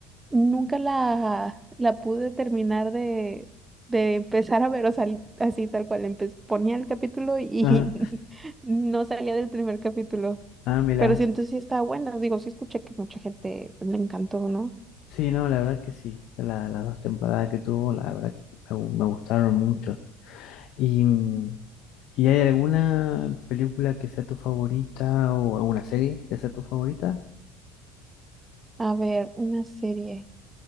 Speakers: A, on the right (about 20°); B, on the left (about 60°).
A: Nunca la, la pude terminar de, de empezar a ver, o sea, así tal cual. empe- ponía el capítulo y
B: Ah,
A: <laughs> no salía del primer capítulo.
B: ah, mira.
A: Pero siento sí está buena. Digo, sí escuché que mucha gente le encantó, ¿no?
B: Sí, no, la verdad que sí. La- las dos temporadas que tuvo, la verdad que me, gu- me gustaron mucho. Y, mm, ¿y hay alguna película que sea tu favorita o alguna serie que sea tu favorita?
A: A ver, una serie.